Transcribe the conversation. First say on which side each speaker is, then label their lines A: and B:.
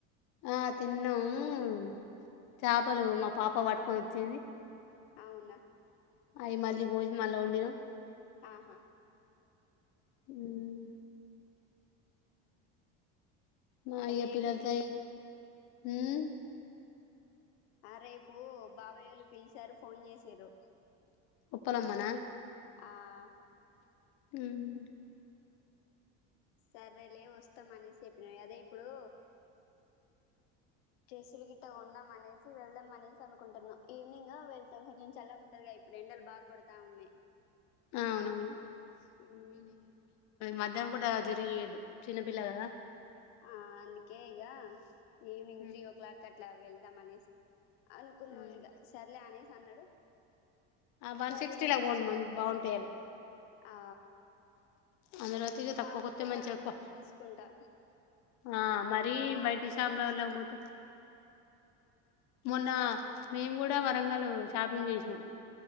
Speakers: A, on the left; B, on the left.
A: ఆ తిన్నాము చేపలు మా పాప పట్టుకొని వచ్చింది.
B: అవునా
A: అయి మళ్లీ గోసి మళ్ళ వండినం
B: హా
A: హమ్ మా అయ్య
B: రేపు
A: పిల్లర్తే ఉమ్
B: ఆ రేపు బాబాయ్య వాళ్ళు పిలిచారు ఫోన్ చేసిర్రు
A: ఉప్పలమ్మనా
B: ఆహ్
A: ఉహు
B: సరేలే వస్తాం అని సెప్పిన అదే ఇప్పుడు డ్రెస్సులు గిట్ట కొందాం అనేసి వెళ్దాం అనేసి అనుకుంటున్నా ఈవినింగ్ వెళ్తాం కొంచెం చల్లగా ఉంటదిగా ఇప్పుడు ఎండలు బాగా కొడతా ఉన్నాయి
A: ఆ అవునవును
B: మ్మ్
A: మధ్యానం పూట జరిగదు చిన్నపిిల్ల కదా
B: ఆ అనీ కేగా ఈవనింగ్
A: హ్మ్.
B: త్రీ ఓ క్లాక్ కట్ ఇట్లా వెళ్దాం అనేసి అనుకున్నాం
A: హ్మ్.
B: ఇక సర్లే అనేసి అన్నాడు
A: ఆ వన్
B: సరే
A: సిక్స్టీ
B: అనేసి
A: లా పోండి
B: చెప్పిన
A: మ బాగుంటాయిలా
B: ఆ
A: అందులో తిరిగి తక్కువ
B: పాపకి
A: కొత్తే మంచి
B: అందులోనే
A: ఎక్కువ
B: తీసుకుంటా
A: ఆ మరీ
B: మా
A: బయిట
B: డైలీ
A: షాపులల
B: యూజ్కి
A: పోతె మొన్న మేము కూడా వ వరంగల్ లో షాపింగ్ చేసినాం